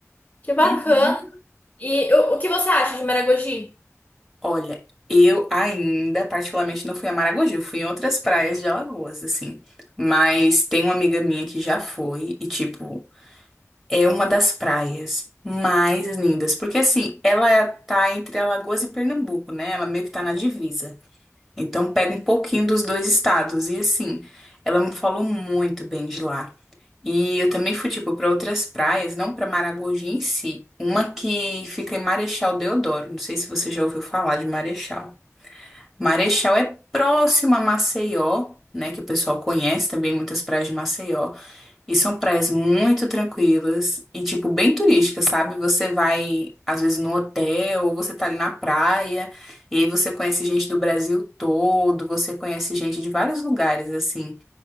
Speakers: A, on the left; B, in the centre.
A: Que bacana.
B: Uhum.
A: E o, o que você acha de Maragogi?
B: Olha, eu ainda particularmente não fui a Maragogi, eu fui em outras praias de Alagoas, assim. Mas tem uma amiga minha que já foi e, tipo, é uma das praias mais lindas. Porque, assim, ela tá entre Alagoas e Pernambuco, né? Ela meio que tá na divisa. Então pega um pouquinho dos dois estados. E assim, ela me falou muito bem de lá. E eu também fui, tipo, para outras praias, não para Maragogi em si. Uma que fica em Marechal Deodoro. Não sei se você já ouviu falar de Marechal. Marechal é próximo a Maceió, né? Que o pessoal conhece também muitas praias de Maceió. E são praias muito tranquilas e, tipo, bem turísticas, sabe? Você vai, às vezes, no hotel ou você tá ali na praia e aí você conhece gente do Brasil todo, você conhece gente de vários lugares, assim.